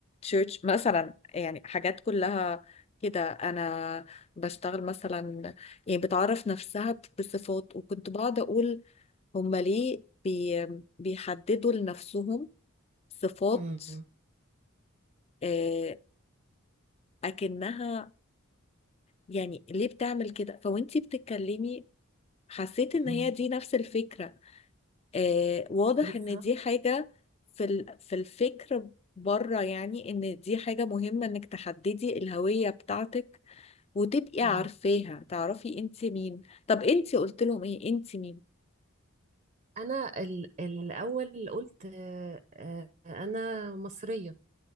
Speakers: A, on the left; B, on the right.
A: church مثلا يعني حاجات كلها كده أنا بشتغل مثلا يعني بتعرف نفسها ب- بصفات وكنت بقعد أقول هما ليه بي بيحددوا لنفسهم صفات
B: مم.
A: آه، أكنها يعني ليه بتعمل كده فوانتي بتتكلمي حسيت إن
B: مم.
A: هي دي نفس الفكرة آه، واضح
B: بالظبط
A: ان دي حاجة في ال- في الفكر بره يعني ان دي حاجة مهمة انك تحددي الهوية بتاعتك وتبقي عارفاها
B: مم.
A: تعرفي انت مين طب انت قلت لهم ايه انت مين
B: انا ال- الاول قلت آه، آه، انا مصريه